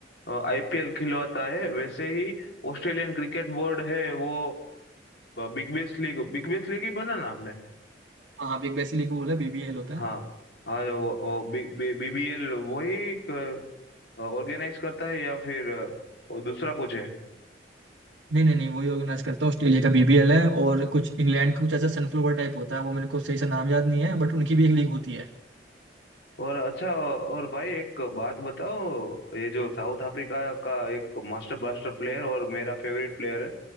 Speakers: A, on the left (about 65°); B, on the right (about 80°).
A: आईपीएल खिलवाता है वैसे ही ऑस्ट्रेलियन क्रिकेट बोर्ड है वो बिग बैश लीग बिग बैश लीग ही बना ना
B: हाँ हाँ बिग बैसी लीग बोला बीबीएल होता है
A: हाँ और वो बीबीएल वही ऑर्गेनाइज करता है या फिर अ, और दूसरा कुछ है
B: नहीं नहीं नहीं वही ऑर्गेनाइज करता है ऑस्ट्रेलिया का बीबीएल है और कुछ इंग्लैंड का कुछ ऐसा सनफ्लोवर टाइप होता है वो मेरे को सही से नाम याद नहीं है बट उनकी भी एक लीग होती है
A: और अच्छा और भाई एक बात बताओ ये जो साउथ अफ्रीका का एक मास्टर ब्लास्टर प्लेयर और मेरा फेवरेट प्लेयर है